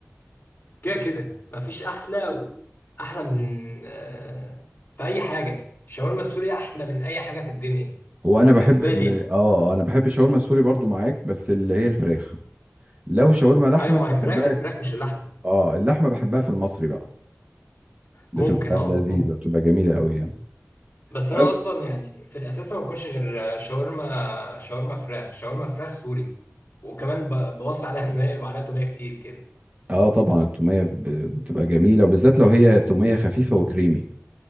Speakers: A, on the left; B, on the right.
A: كده كده مفيش احلى و... احلى من آه، في اي حاجه الشاورما السوري احلى من اي حاجه في الدنيا
B: هو انا
A: بالنسبه
B: بحب ال...
A: لي يعني
B: اه آه، انا بحب الشاورما السوري برضو معاك بس اللي هي الفراخ لو شاورما لحمه
A: ايوه ما
B: بحبها
A: هي فراخ الفراخ مش اللحم
B: اه اللحمه بحبها في المصري بقى بتبقى
A: ممكن اه
B: لذيذه بتبقى جميله قوي يعني
A: بس انا
B: طيب.
A: اصلا يعني في الاساس ما باكلش غير شاورما شاورما فراخ شاورما فراخ سوري وكمان ب- بوصي عليها ان هي يبقى عليها توميه كتير كده
B: اه طبعا التوميه ب... بتبقى جميله وبالذات لو هي توميه خفيفه وكريمي